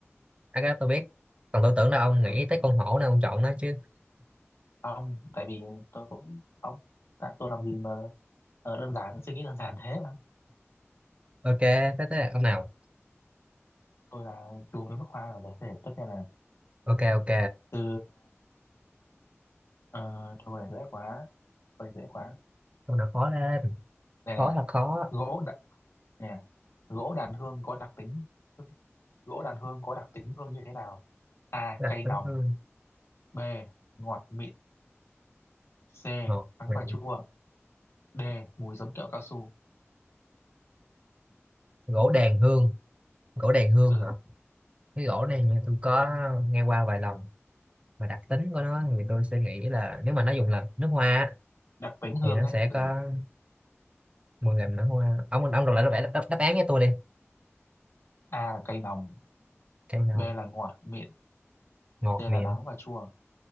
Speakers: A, on the right; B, on the left.
A: à, cái đó tôi biết còn tôi tưởng là ông nghĩ
B: ừ
A: tới con hổ nên ông chọn nó chứ
B: không tại vì tôi cũng ông tại tôi làm gì mà ờ, đơn giản suy nghĩ đơn giản thế mà
A: ok tới tới là ông nào
B: tôi là chuồng nước hoa rồi để, để tất nhiên là
A: ok ok
B: từ ờ, câu này dễ quá câu này dễ quá
A: câu nào khó lên
B: nè
A: khó là khó
B: gỗ đã, Nè, gỗ đàn hương có đặc tính gỗ đàn hương có đặc tính hương như thế nào? A.
A: đặc
B: Cay
A: tính
B: nồng
A: hương
B: B. Ngọt mịn C.
A: Ờ,
B: Đắng
A: vậy.
B: và chua D. Mùi giống kẹo cao su
A: gỗ đàn hương gỗ đàn hương
B: ừ.
A: hả cái gỗ này như tôi có nghe qua vài lần mà đặc tính của nó
B: ừ.
A: thì tôi sẽ nghĩ là nếu mà nó dùng là nước hoa á,
B: Đặc tính hương
A: thì nó
B: ấy
A: sẽ
B: ừ.
A: có mùi làm nước hoa ông ông đọc lại đáp, đáp, đáp án với tôi đi
B: A là cay nồng
A: cây nào
B: B là ngọt mịn
A: ngọt
B: C
A: mịn
B: là đắng và chua